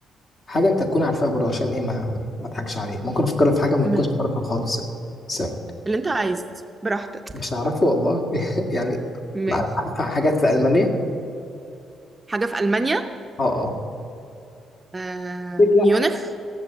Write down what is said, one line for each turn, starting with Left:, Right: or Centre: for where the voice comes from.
Left: حاجه انت تكون عارفها برضه عشان ايه ما ما اضحكش عليك ممكن افكر في حاجه ما
Right: ماشي
Left: تكونش تعرفها خالص يعني ثواني.
Right: اللي انت عايزه براحتك
Left: مش هعرفه والله <laughs> يعني
Right: ماشي
Left: ما عارفه حاجات في المانيا
Right: حاجه في المانيا
Left: اه اه
Right: آه
Left: أكيد
Right: ميونخ
Left: لا